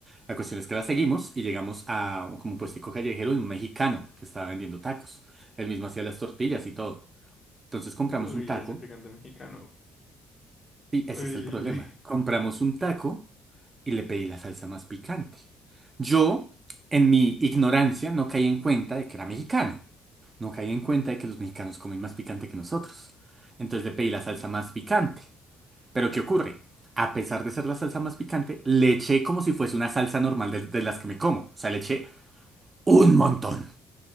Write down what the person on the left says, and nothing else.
<laughs> Uy,
ese picante mexicano.
Uy,